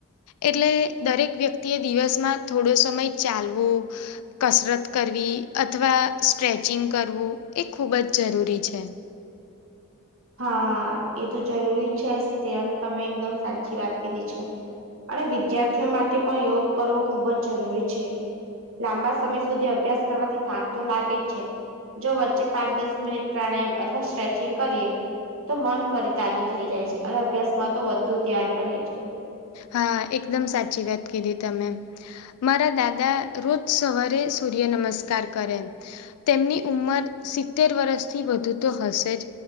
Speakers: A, on the left; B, on the right.
A: એટલે દરેક વ્યક્તિ એ દિવસમાં થોડો સમય ચાલવુ કસરત કરવી અથવા સ્ટ્રેચિંગ કરવું એ ખૂબ જ જરૂરી છે.
B: હા એ તો જરૂરી છે જ તે અને તમે એકદમ સાચી વાત કીધી છે. અને વિદ્યાર્થીઓ માટે પણ યોગ કરવો ખૂબ જ જરૂરી છે. લાંબા સમય સુધી અભ્યાસ કરવાથી થાક તો લાગે જ છે. જો વચ્ચે પાંચ દસ મિનિટ પ્રાણાયામ અથવા સ્ટ્રેચિંગ કરીએ. તો મન ફરી તાજું થઈ જાય છે અને અભ્યાસમાં તો વધુ ધ્યાન રહે છે.
A: હા એકદમ સાચી વાત કીધી તમે. મારા દાદા રોજ સવારે સૂર્ય નમસ્કાર કરે. તેમની ઉંમર સિત્તેર વર્ષથી વધુ તો હશે જ